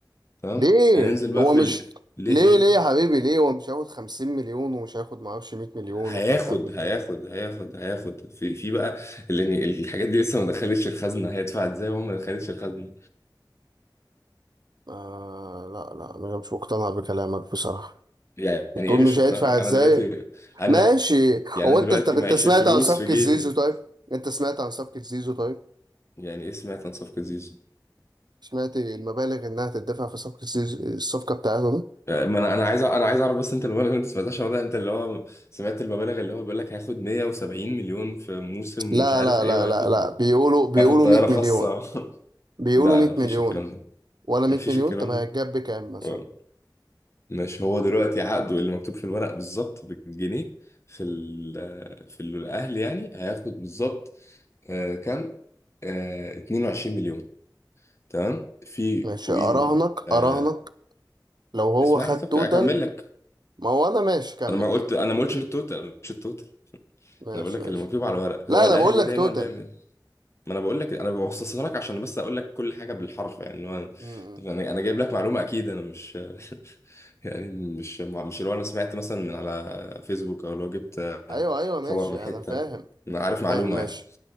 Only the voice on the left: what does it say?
تمام
هننزل بقى
في
ال... ليه
ايه
هياخد
هياخد هياخد هياخد في في بقى اللي يعني الحاجات دي لسه ما دخلتش الخزنه هيدفع ازاي وهو ما دخلتش الخزنه
يعني
ايه مش
مقتنع
انا دلوقتي انا
يعني
انا
دلوقتي
معيش
الفلوس
في جيبي
يعني ايه سمعت عن صفقه زيزو
يعني ما انا انا عايز أع- انا عايز اعرف بس انت المبالغ اللي انت سمعتهاش النهارده انت اللي هو سمعت المبالغ اللي هو بيقول لك هياخد 170 مليون في موسم
ومش عارف
ايه
وهياخد
هياخد طياره
خاصه
<laughs>
لا
لا مفيش
الكلام ده
مفيش
الكلام
ده مش هو دلوقتي عقده اللي مكتوب في الورق بالظبط بالجنيه في ال آه، في الاهلي يعني هياخد بالظبط آه كام آه 22 مليون تمام في
فوقيهم
آه
اسمعني
طب
اكمل لك
انا ما
قلت انا ما قلتش التوتال مش التوتال
انا بقول لك
اللي مكتوب على الورق
هو
الاهلي
دايما
بيعمل ما انا بقول لك انا ببسطها لك عشان بس اقول لك كل حاجه بالحرف يعني هو
انا انا جايب لك معلومه اكيد انا مش <laughs> يعني مش مش اللي هو انا سمعت مثلا من على فيسبوك او لو جبت آه،
خبر من حته
انا عارف معلومه
يعني